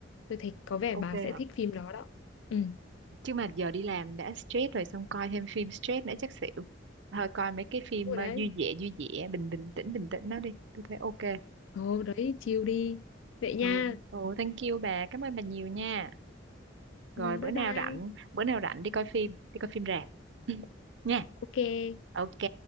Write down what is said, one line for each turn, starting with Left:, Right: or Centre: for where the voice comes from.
Left: tôi thấy có vẻ
Right: ok
Left: bà sẽ
Right: hả
Left: thích phim đó đó ừ
Right: chứ mà giờ đi làm đã stress rồi xong coi thêm phim stress nữa chắc xỉu thôi coi mấy cái phim
Left: Ủa
Right: ờ,
Left: đấy
Right: vui vẻ vui vẻ bình bình tĩnh bình tĩnh đó đi tôi thấy ok
Left: ồ đấy chill đi vậy nha
Right: ừ ồ thank you bà cảm ơn bà nhiều nha rồi
Left: ừ,
Right: bữa
Left: bye
Right: nào
Left: bye
Right: rảnh bữa nào rảnh đi coi phim đi coi phim rạp <laughs> nha
Left: ok
Right: ok